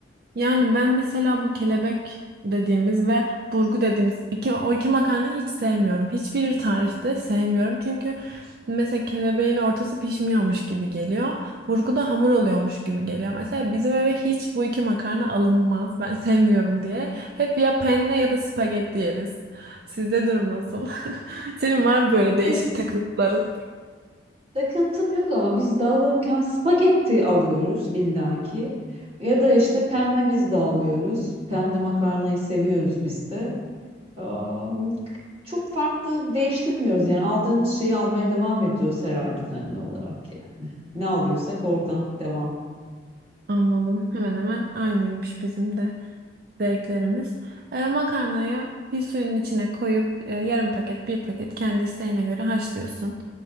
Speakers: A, on the right; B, on the right.
A: Yani ben mesela bu kelebek dediğimiz ve burgu dediğimiz iki, o iki makarnayı hiç sevmiyorum. Hiçbir tarifte sevmiyorum. Çünkü mesela kelebeğin ortası pişmiyormuş gibi geliyor. Burgu da hamur oluyormuş gibi geliyor. Mesela bizim eve hiç bu iki makarna alınmaz. Ben <laughs> sevmiyorum diye. Hep ya penne ya da spagetti yeriz. Sizde durum nasıl? <laughs> Senin var mı böyle
B: Biz
A: değişik takıntıların?
B: Takıntım yok ama biz de alırken spagetti alıyoruz illaki. Ya da işte penne biz de alıyoruz. Penne makarnayı seviyoruz biz de. Am, k- Çok farklı değiştirmiyoruz yani aldığımız şeyi almaya devam ediyoruz herhalde düzenli olarak yani. Ne alıyorsak oradan devam.
A: Anladım. Hemen hemen aynıymış bizim de. zevklerimiz. E, makarnayı bir suyun içine koyup e, yarım paket bir paket kendi isteğine göre haşlıyorsun.